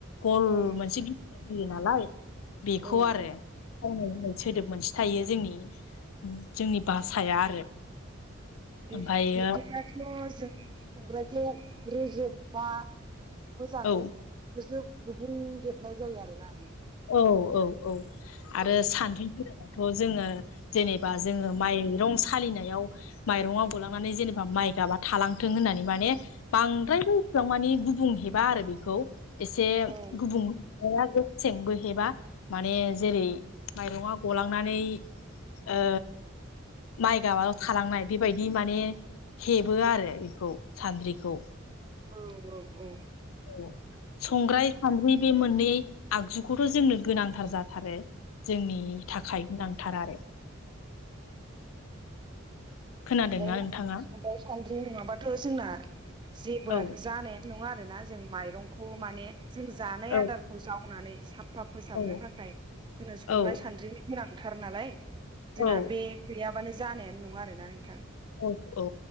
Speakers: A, on the left (about 80°); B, on the right (about 20°).
A: गल
B: औ
A: मोनसे <unintelligible> होयो नालाय बेखौ
B: औ
A: आरो खावनाय होनो सोदोब मोनसे थायो जोंनि जोंनि भाषाया आरो
B: बिदिबाथ'
A: ओमफ्रायो
B: जों संग्रायखौ रोेजोबबा मोजाङै
A: औ
B: रोजोब गुबुं हेबनाय जायो आरोना
A: औ औ औ आरो
B: औ
A: सानथै <unintelligible> जोङो जेनेबा जोङो माइरं सालिनायाव माइरंआव गलांनानै जेनेबा माइगाबा थालांथों होननानै माने बांद्राय बो मानि गुबुं हेबा आरो बेखौ एसे
B: औ
A: गुबुं गेसेंबो हेबा माने जेरै माइरङा गलांनानै ओ माइगाबाल' थालांनाय बेबायदि माने हेबो आरो बेखौ सान्द्रिखौ
B: औ औ औ
A: औ संग्राय सान्द्रि बे मोननै आगजुखौथ' जोंनो गोनांथार जाथारो जोंनि थाखाय गोनांथार आरो खोनादोंना
B: संग्राइ
A: नोंथाङा
B: सान्द्रि नङाबाथ' जोंना जेबो
A: औ
B: जानायानो नङा आरोना जों माइरंखौ माने जों जानाय
A: औ
B: आदारखौ जावनानै साफा फोसाबनो
A: औ
B: थाखाय जोङो संग्राय
A: औ
B: सानद्रिनि गोनां थथार नालाय जोंना
A: औ
B: बे गैयाबानो जानायानो नङा आरोना नोंथां
A: औ औ